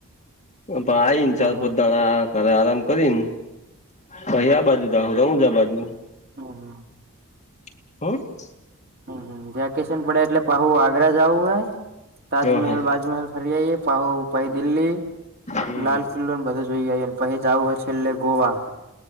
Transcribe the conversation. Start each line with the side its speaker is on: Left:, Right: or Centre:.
Left: ભાઈ <unintelligible>
Right: હા હા
Left: ઘરે આરામ કરીન કાલે આ બાજુ જાહુ રણુજા બાજુ
Right: હ હા
Left: <unintelligible>
Right: હમ્મ વેકેશન પડે એટલે પાહુ આ આગરા જાઉું હૈ તાજમહેલ
Left: હ હ
Right: બાજમહેલ ફરી આઈએ પહુ પાઈ દિલ્હી
Left: હમ
Right: લાલ કિલ્લો ને બધો જોઈ આને પછી જવું હોય છે એટલે ગોવા